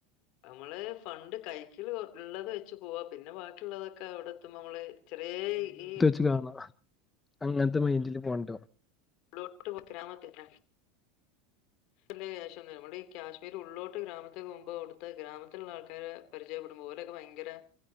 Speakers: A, on the left (about 60°); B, on the left (about 20°).
A: നമ്മള് ഫണ്ട് കൈക്കില് ഉള്ളത് വെച്ചു പോവാ പിന്നെ ബാക്കിള്ളതൊക്കെ അവിടെ എത്തുമ്പോ നമ്മള് ചെറേ ഈ
B: ച്ച് കാണണം അങ്ങനത്തെ മെയിന്റിൽ പോണ്ടേ
A: ല്ോട്ട് പോക്കരാമതി <unintelligible> വല്യ കാശൊന്നുല്ല നമ്മുടെ ഈ കാശ്മീർ ഉള്ളോട്ട് ഗ്രാമത്തക്ക് പോകുമ്പോ അടുത്തെ ഗ്രാമത്തിൽള്ള ആൾക്കാരെ പരിചയപ്പെടുമ്പോ ഓലൊക്കെ ഭയങ്കര